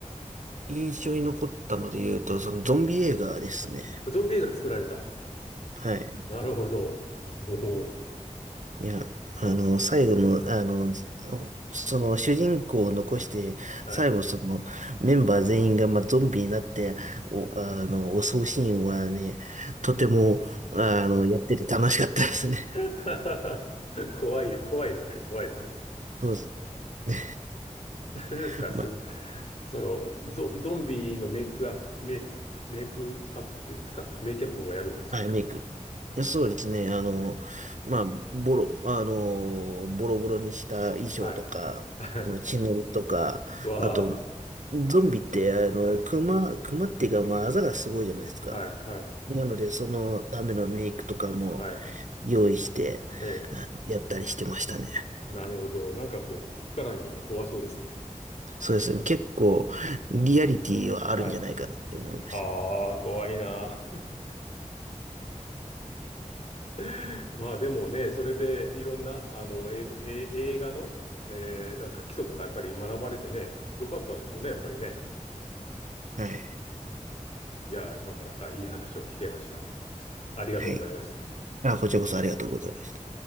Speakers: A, on the right; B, on the left.
A: 印象に残ったので言うと、そのゾンビ映画ですね。
B: ゾンビ映画作られた。
A: はい。
B: なるほど。おお。
A: いや、あの、最後の、あの、ずその主人公を残して、
B: はい。
A: 最後そのメンバー全員が、まあ、ゾンビになって、お、あの、襲うシーンはね、とても、あの、やってて楽しかったですね。
B: <laughs> 怖い、怖いですね。怖いですね。
A: そうですね。
B: それですか、
A: <laughs>
B: そ、
A: ま
B: その、ゾ、ゾンビのメイクアップ、メイク、メイクアップっていうんですかメイキャップもやるんですか
A: はい、メイク。そうですね。あの、まあ、ボロ、あの、ボロボロにした衣装とか、
B: はい。は
A: あの、血のりとか、
B: い。<laughs>
A: あと、
B: わ
A: ゾンビって、あの、
B: あ。はい。
A: 熊、熊っていうか、まあ、あざがすごいじゃないですか。
B: はい。はい。
A: なので、そのためのメイクとかも
B: はい。
A: 用意して、
B: ええ。
A: あのやったりしてましたね。
B: なるほど。なんかこう、聞くからに怖そうですね。
A: そうですね。結構、リアリティはあるんじゃないかなって思いまし
B: はい。ああ、怖いな。<laughs> まあでもね、それでいろんな、あの、映画、え映画の、えーなんか基礎とかやっぱり学ばれてね、よかったんでしょうね、やっぱりね。
A: た。はい。
B: いや、なかなかいい話を聞けました。ありがとうございました。
A: はい。あ、こちらこそありがとうございました。